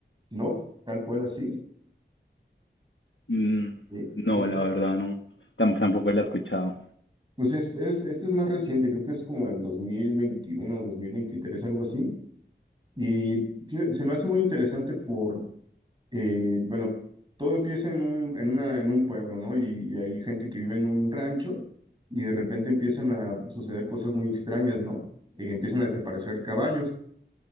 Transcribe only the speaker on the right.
No, tal cual así.
eh,
esta-
pues es, es, esta es más reciente, creo que es como en 2021 2023 algo así. Y fí- se me hace muy interesante por eh, bueno, todo empieza en un, en una- en un pueblo, ¿no? Y, y hay gente que vive en un rancho y de repente empiezan a suceder cosas muy extrañas, ¿no? Eh, empiezan a desaparecer caballos